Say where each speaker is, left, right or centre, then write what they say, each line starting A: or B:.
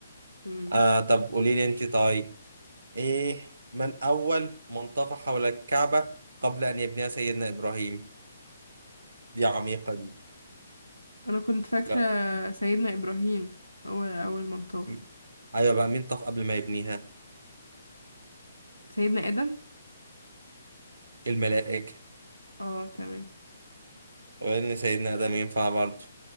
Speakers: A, on the right; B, on the right.
A: مم.
B: آه طب قولي لي انت طيب ايه من اول من طاف حول الكعبة قبل ان يبنيها سيدنا ابراهيم دي عميقة دي
A: أنا كنت فاكرة
B: لا
A: سيدنا إبراهيم هو أول من طاف
B: م- ايوه بقى مين طاف قبل ما يبنيها
A: سيدنا آدم
B: الملائكة
A: اه تمام
B: وان سيدنا ادم ينفع برضه